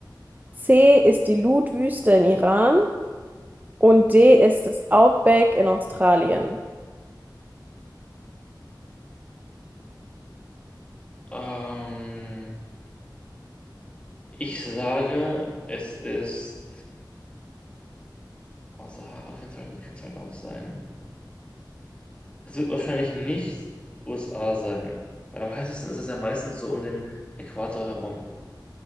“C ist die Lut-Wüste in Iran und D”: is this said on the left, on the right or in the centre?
Right